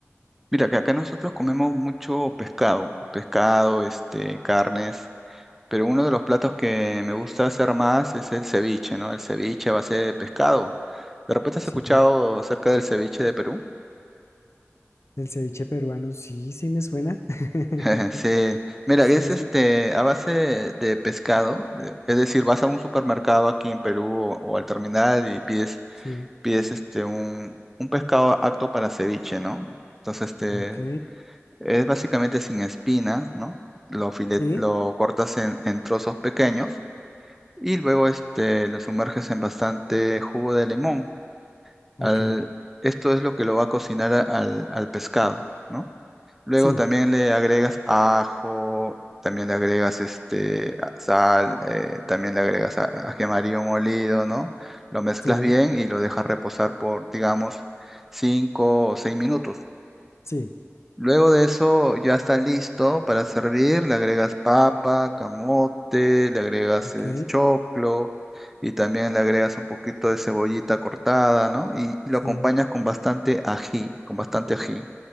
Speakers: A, in the centre; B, on the left.
A: Mira, que acá nosotros comemos mucho pescado, pescado, este, carnes, pero uno de los platos que me gusta hacer más es el ceviche, ¿no? El ceviche a base de pescado. ¿De repente has
B: Sí,
A: escuchado acerca del ceviche de Perú?
B: el ceviche peruano, sí, sí me suena. <laughs>
A: <laughs> Sí, mira,
B: Sí,
A: es este
B: sí,
A: a base de pescado, eh, es decir, vas a un supermercado aquí en Perú o, o al terminal y pides,
B: sí,
A: pides este un, un pescado apto para ceviche, ¿no? Entonces, este,
B: ok,
A: es básicamente sin espinas, ¿no? Lo filet,
B: sí,
A: lo cortas en, en trozos pequeños y luego este lo sumerges en bastante jugo de limón.
B: ok,
A: Al- esto es lo que lo va a cocinar a- al, al pescado, ¿no? Luego
B: sí,
A: también le agregas ajo, también le agregas este, a- sal, eh, también le agregas a- ají amarillo molido, ¿no? Lo mezclas
B: sí,
A: bien y lo dejas reposar por, digamos, 5 o 6 minutos.
B: sí,
A: Luego de eso ya está listo para servir. Le agregas papa, camote, le agregas
B: <clears throat> ok,
A: eh, choclo y también le agregas un poquito de cebollita cortada, ¿no? Y, y
B: sí.
A: lo acompañas con bastante ají, con bastante ají.